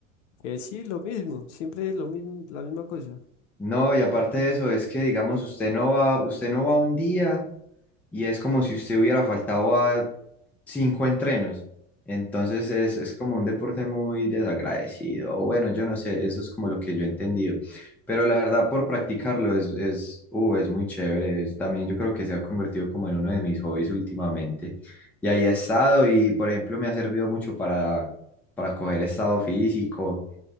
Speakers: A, on the left; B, in the centre.
A: que sí, lo mismo, siempre es lo mismo, la misma cosa.
B: No, y aparte de eso es que, digamos, usted no va, usted no va un día y es como si usted hubiera faltado a cinco entrenos. Entonces es, es como un deporte muy desagradecido. O bueno, yo no sé, eso es como lo que yo he entendido. Pero la verdad, por practicarlo es, es, uh, es muy chévere. Es- también yo creo que se ha convertido como en uno de mis hobbies últimamente. Y ahí he estado y, por ejemplo, me ha servido mucho para, para coger estado físico